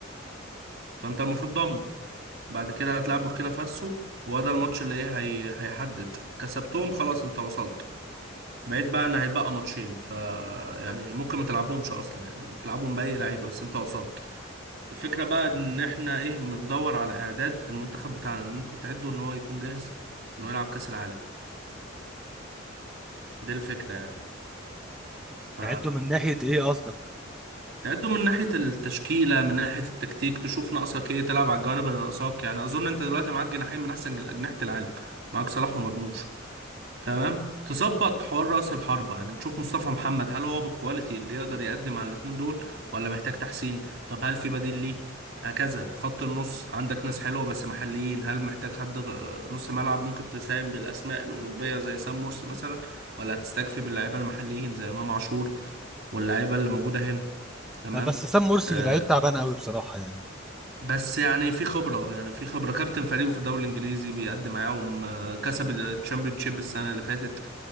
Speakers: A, on the right (about 55°); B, in the centre.
A: فانت المفروض ضامن بعد كده هتلعب بوركينا فاسو هو ده الماتش اللي ايه هي... هيحدد كسبتهم خلاص انت وصلت بقيت بقى ان هيتبقى ماتشين ف يعني ممكن ما تلعبهمش اصلا يعني تلعبهم باي لعيبه بس انت وصلت الفكره بقى ان احنا ايه بندور على اعداد المنتخب بتاعنا ان انت تعده ان هو يكون جاهز انه يلعب كاس العالم دي الفكره يعني ف
B: نعده من ناحية ايه قصدك
A: تعده من ناحيه التشكيله من ناحيه التكتيك تشوف ناقصك ايه تلعب على الجوانب اللي ناقصاك يعني اظن انت دلوقتي معاك جناحين من احسن اجنحه العالم معاك صلاح ومرموش تمام تظبط حوار رأس الحربة يعني تشوف مصطفى محمد هل هو بالكواليتي اللي يقدر يقدم على الاتنين دول ولا محتاج تحسين طب هل في بديل ليه هكذا خط النص عندك ناس حلوة بس محليين هل محتاج حد غ- نص ملعب ممكن تساهم بالأسماء الأوروبية زي سام مرسي مثلا ولا هتستكفي باللعيبة المحليين زي إمام عاشور واللعيبة اللي موجودة هنا تمام
B: آه، بس سام مرسي
A: آه
B: لعيب تعبان قوي بصراحة يعني
A: بس يعني في خبرة يعني في خبرة كابتن فريقه في الدوري الإنجليزي بيقدم معاهم آه، كسب الشامبيونشيب السنة اللي فاتت